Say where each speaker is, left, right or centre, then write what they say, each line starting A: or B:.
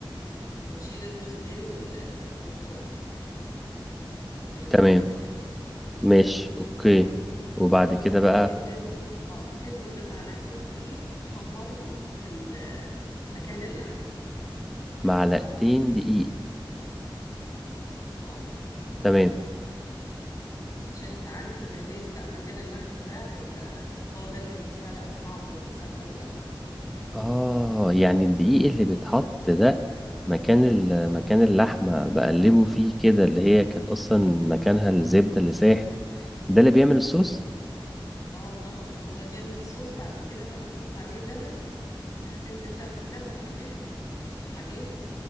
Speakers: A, on the left (about 40°); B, in the centre.
A: وتشيل الروزماري وال- والثوم من الطاسة
B: تمام
A: يعني
B: ماشي اوكي وبعد
A: وتبتدي
B: كده بقى
A: تنزل اه تنزل بمعلقتين دقيق تحمرهم في ال- مكان اللحمة
B: معلقتين دقيق
A: اه
B: تمام
A: عشان انت عارف البهريز بقى مكان اللحمة ده هيبقى هو ده اللي هيديها بقى الطعم والدسامة كلها
B: اه يعني الدقيق اللي بيتحط ده مكان ال- مكان اللحمة بقلبه فيه كده اللي هي كانت اصلا مكانها الزبدة اللي ساحت ده اللي بيعمل الصوص
A: اه طبعا هو ده بيعمل الصوص بعد كده بقى ما تحط عليه اللبن انت هتنزل بقى باللبن كمان عليها